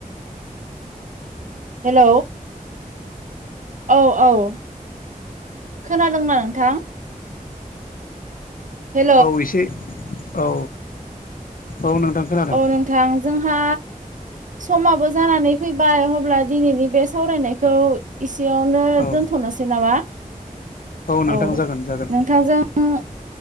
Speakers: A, on the right; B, on the left.
A: हेलौ औ औ। खोनादोंना नोंथां? हे
B: औ एसे औ औ नोंथां खोनादों
A: औ नोंथां जोंहा समाबो जानानै फैबाय अब्ला दिनैनि बे सावरायनायखौ इसेयावनो
B: औ
A: दोनथ'नोसै नामा? औ
B: नोंथां जागोन जागोन
A: नोंथांजों <unintelligible>